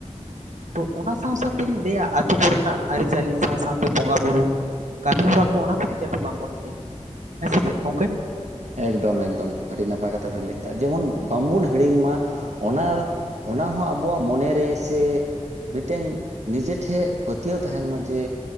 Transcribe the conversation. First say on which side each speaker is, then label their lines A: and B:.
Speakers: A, on the right; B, on the right.
A: ᱛᱚ ᱚᱱᱟ ᱥᱟᱶ-ᱥᱟᱶ ᱛᱮᱞᱤᱸ ᱞᱟᱹᱭᱟ ᱟᱛᱩ ᱠᱚᱨᱮᱱᱟᱜ ᱟᱨᱤ-ᱪᱟᱹᱞᱤ ᱥᱟᱶ-ᱥᱟᱶᱛᱮ ᱵᱚᱸᱜᱟ-ᱵᱩᱨᱩ ᱠᱟᱢᱤ ᱦᱚᱨᱟ ᱠᱚ ᱚᱱᱟ ᱠᱚ ᱡᱟᱛᱮ ᱵᱟᱢᱵᱚᱱ ᱦᱤᱲᱤᱧ ᱢᱟ᱾ ᱦᱮᱸ ᱥᱮ ᱪᱮᱫ ᱠᱚᱝᱠᱮ?
B: ᱮᱠᱫᱚᱢ, ᱮᱠᱫᱚᱢ᱾ ᱟᱰᱤ ᱱᱟᱯᱟᱭ ᱠᱟᱛᱷᱟ ᱵᱮᱱ ᱞᱟᱹᱭ ᱠᱮᱫᱟ ᱡᱮᱢᱚᱱ ᱵᱟᱢᱵᱚᱱ ᱦᱤᱲᱤᱧ ᱢᱟ᱾ ᱚᱱᱟ, ᱚᱱᱟ ᱦᱚ ᱟᱵᱚᱣᱟᱜ ᱢᱚᱱᱮ ᱨᱮ ᱥᱮ ᱢᱮᱴᱮᱝ ᱱᱤᱡᱮ ᱴᱷᱮᱜ ᱯᱟᱹᱛᱭᱟᱹᱣ ᱛᱟᱦᱮᱱ ᱢᱟ ᱡᱮ